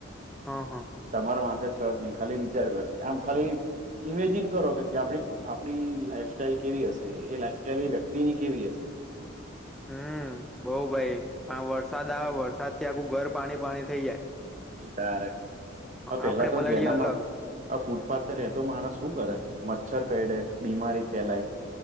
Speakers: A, in the centre; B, on the right.
A: હા હા
B: તમારો માથે છ જ નહ ખાલી વિચાર કર આમ ખાલી ઈમેજિન કરો કે આપ આપડી લાઈફસ્ટાઈલ કેવી હશે એ લાઈફ સ્ટાઈલ એ વ્યક્તિની કેવી હશે
A: હમ બઉ ભાઈ પણ વરસાદ આવે વરસાદ થી આખું ઘર પાણી પાણી થઇ જાય
B: તારે હ પેલા
A: આપડે
B: તો
A: પલાડીએ
B: જેનામાં
A: અલગ
B: આ ફૂટપાથ તો રહેતો માણસ શું કરે મચ્છર કડે બીમારી ફેલાય